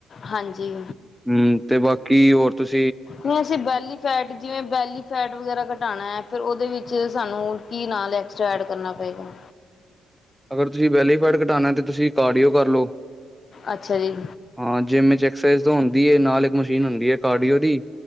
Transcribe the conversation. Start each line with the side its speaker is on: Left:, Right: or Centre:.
Left: ਹਾਂਜੀ।
Centre: ਹਮ ਤੇ ਬਾਕੀ ਹੋਰ ਤੁਸੀ
Left: ਹ ਅਸੀਂ ਬੈਲੀਫੈਟ ਜਿਵੇਂ ਬੈਲੀ ਫੈਟ ਵਗੈਰਾ ਘਟਾਉਣਾ ਏ। ਫਿਰ ਉਹਦੇ ਵਿੱਚ ਸਾਨੂੰ ਕੀ ਨਾਲ ਐਕਸਟਰਾ ਐਡ ਕਰਨਾ ਪਏਗਾ।
Centre: ਅਗਰ ਤੁਸੀਂ ਵੈਲੀਫੈਡ ਘਟਾਉਣਾ ਤੇ ਤੁਸੀਂ ਕਾਰਡੀਓ ਕਰ ਲਓ।
Left: ਅੱਛਾ ਜੀ‌।
Centre: ਹਾਂ ਜਿੰਮ ਵਿੱਚ ਐਕਸਰਸਾਈਜ਼ ਤਾਂ ਹੁੰਦੀ ਏ ਨਾਲ ਇੱਕ ਮਸ਼ੀਨ ਹੁੰਦੀ ਹੈ ਕਾਰਡੀਓ ਦੀ।